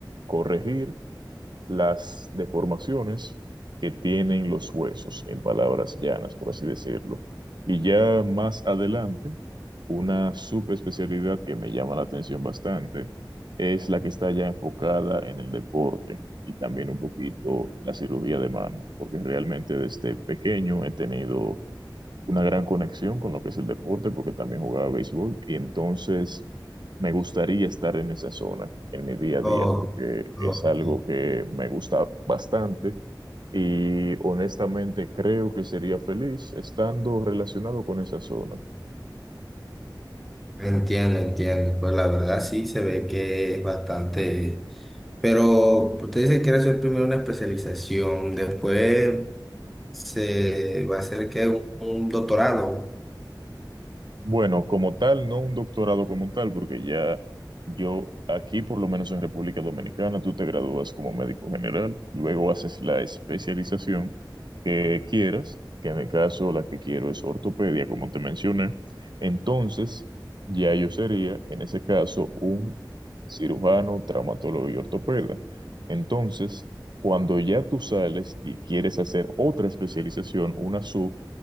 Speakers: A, on the right (about 65°); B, in the centre.
A: corregir las deformaciones que tienen los huesos, en palabras llanas, por así decirlo. Y ya más adelante, una subespecialidad que me llama la atención bastante es la que está ya enfocada en el deporte y también un poquito la cirugía de mano, porque realmente desde pequeño he tenido una gran conexión con lo que es el deporte, porque también jugaba béisbol, y entonces me gustaría estar en esa zona en mi día a día,
B: Oh,
A: porque
B: oh,
A: es algo
B: ok.
A: que me gusta bastante y honestamente creo que sería feliz estando relacionado con esa zona.
B: Entiendo, entiendo. Pues la verdad sí se ve que es bastante... Pero usted dice que quiere hacer primero una especialización, después se va a hacer que un, un doctorado.
A: Bueno, como tal, no un doctorado como tal, porque ya yo aquí, por lo menos en República Dominicana, tú te gradúas como médico general, luego haces la especialización que quieras, que en mi caso la que quiero es ortopedia, como te mencioné. Entonces, ya yo sería, en ese caso, un cirujano, traumatólogo y ortopeda. Entonces, cuando ya tú sales y quieres hacer otra especialización, una sub,